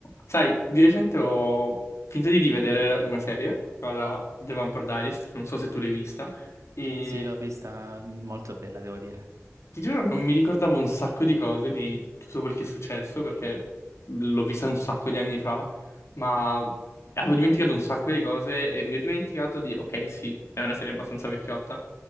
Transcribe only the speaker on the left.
Sai, di recente ho finito di rivedere una serie, la The Vampire Diaries, non so se tu l'hai vista, e
ti giuro, non mi ricordavo un sacco di cose di tutto quel che è successo perché l'ho vista un sacco di anni fa, ma avevo dimenticato un sacco di cose e mi ero dimenticato di, ok, sì, è una serie abbastanza vecchiotta,